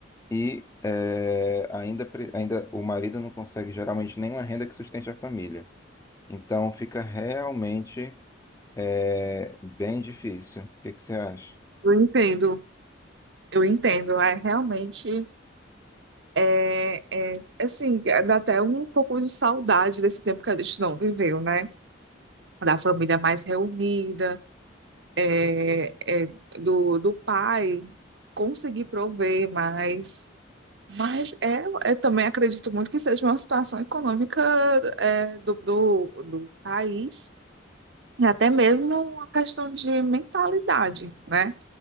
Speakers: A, on the left; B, on the right.
A: e é, ainda pre- ainda o marido não consegue geralmente nenhuma renda que sustente a família. Então fica realmente é bem difícil. O que que você acha?
B: Eu entendo, Eu entendo, é realmente, é, é, assim, dá até um pouco de saudade desse tempo que a gente não viveu, né? Da família mais reunida, é, é, do, do pai conseguir prover mais Mas é, eu também acredito muito que seja uma situação econômica é, do, do, do país, e até mesmo uma questão de mentalidade, né?